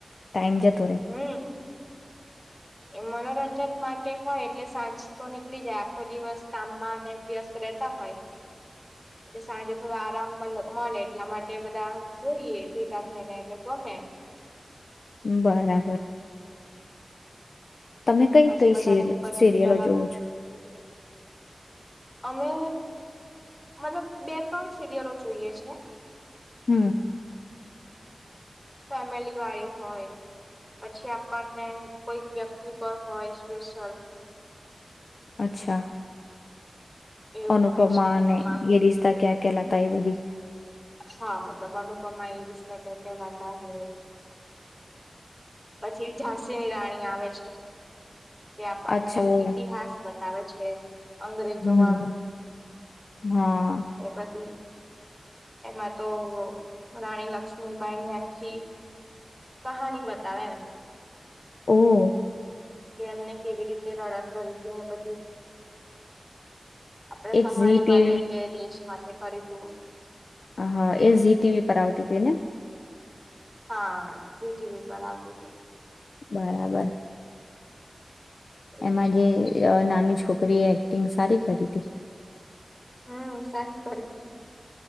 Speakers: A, on the left; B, in the centre.
A: ટાઈમ જતો રે
B: હમ એ મનોરંજન માટે ટે હોય એટલે સાંજ તો નીકળી જાય આખો દિવસ કામમાં ને વ્યસ્ત રહેતા હોય એટલે સાંજે થોડો આરામ મલ મલે એટલા માટે બધા જોઈએ ભેગા થઈને એટલે ગમે
A: બરાબર તમે કઈ
B: પાછી
A: કઈ
B: બધાની
A: સિરિયલ
B: પસંદ
A: સિરિયલો
B: અલગ
A: જોવો છો
B: અમે મતલબ બે ત્રણ સિરિયલો જોઈએ છીએ.
A: હમ
B: ફેમિલી વાળી હોય પછી આપણને કોઈક વ્યક્તિ પર હોય સ્પેશિયલ
A: અચ્છા
B: એવું
A: અનુપમા
B: હોય છે
A: અને
B: એમાં
A: યે રિશ્તા ક્યાં કેલાતા એ બધી
B: હા મતલબ અનુપમા, યે રિસ્તા ક્યાં કેહલાતા હે, પછી ઝાંસી ની રાણી આવે છે. જે આપણને
A: અચ્છા ઓ
B: ઈતિહાસ બત બતાવે છે અંગ્રેજો
A: હમ
B: વાળો
A: હા
B: એ બધી એમાં તો રાણી લક્ષ્મીબાઈની આખી કહાની બતાવે એમ
A: ઓહ!
B: કે એમને કેવી રીતે લડત લડી કે પતી આપણા
A: એક
B: સમાજ
A: ઝી ટીવી
B: માટે કે દેશ માટે એ કરી તું
A: હહ એ ઝી ટીવી પર આવતી તી ને.
B: હા જી ટીવી પર આવતી તી.
A: બરાબર.
B: <inaudible> એવું
A: એમાં
B: છે
A: જે અ નાની છોકરીએ એક્ટિંગ સારી કરીતી.
B: હમ્મ સારી કરીતી.